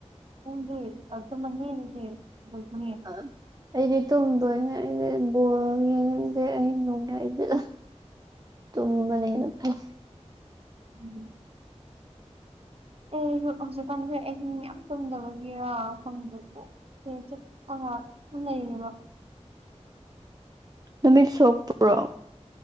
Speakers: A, on the right (about 55°); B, on the right (about 35°).
A: <unintelligible>
B: ꯑꯥ ꯑꯩꯗꯤ ꯇꯨꯝꯗꯣꯢꯅꯦ ꯑꯗꯤ ꯕꯣꯜ ꯌꯦꯡꯅꯤꯡꯗꯦ ꯑꯍꯤꯡ ꯅꯣꯡꯌꯥꯢꯖꯤ <unintelligible> ꯇꯨꯝꯕꯅ ꯍꯦꯅ ꯐꯩ
A: ꯎꯝ ꯑꯦ ꯍꯧꯖꯤꯛ ꯀꯥꯟꯁꯦ ꯑꯍꯤꯡ ꯌꯥꯝ ꯇꯨꯝꯗꯕꯒꯤꯔꯥ ꯈꯪꯗꯦꯀꯣ <unintelligible>
B: ꯅꯃꯤꯠ ꯁꯣꯛꯄ꯭ꯔꯣ